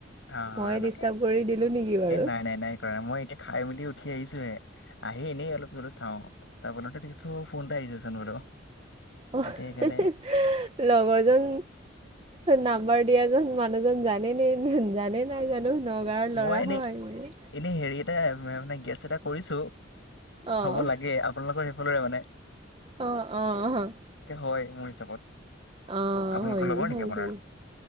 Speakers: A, on the left (about 70°); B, on the right (about 30°).
A: অঁ,
B: ময়ে
A: এনেকেই,
B: ডিষ্টাৰ্ব কৰি দিলোঁ নেকি বাৰু?
A: এ নাই নাই নাই। মই এতিয়া খাই মেলি উঠি আহিছোহে, আহি এনেই অলপ ধৰিলোঁ চাওঁ, চাবলওঁতে দেখিছোঁ ফোন এটা আহিছে চুন বোলো।
B: লগৰজন
A: তাকে সেইকাৰণে
B: নাম্বাৰ দিয়াজন মানুহজন জানেনে জানে নাই জানো? নগাঁৱৰ
A: মই
B: ল'ৰা
A: এনেই
B: হয় মানে।
A: এনেই হেৰি এটা মানে গেছ এটা কৰিছো।
B: অঁ
A: হ'ব লাগে আপোনালোকৰ সেইফালৰে মানে
B: অঁ অঁ
A: হয় মোৰ হিচাপত।
B: অ'
A: আপোনালোকৰ
B: হয়
A: লগৰ
B: যে
A: নেকি
B: হয়
A: আপোনাৰ
B: যে